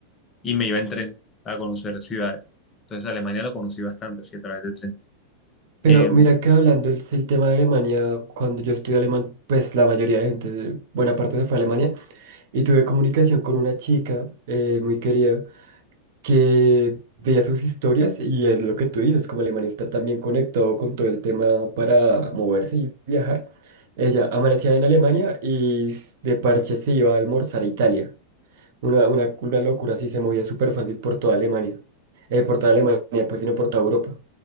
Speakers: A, on the left; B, on the right.
A: y me iba en tren a conocer ciudades. Entonces Alemania lo conocí bastante así a través del tren.
B: pero
A: Em,
B: mira que hablando el, el tema de Alemania, cuando yo estudié alemán, pues la mayoría de gente, buena parte se fue a Alemania y tuve comunicación con una chica eh, muy querida. que veía sus historias y es lo que tú dices, como Alemania está también conectado con todo el tema para moverse y viajar, ella amanecía en Alemania y s- de parche se iba a almorzar a Italia. Una, una, una locura así, se movía súper fácil por toda Alemania. Eh, por toda Alemania, pues sino por toda Europa.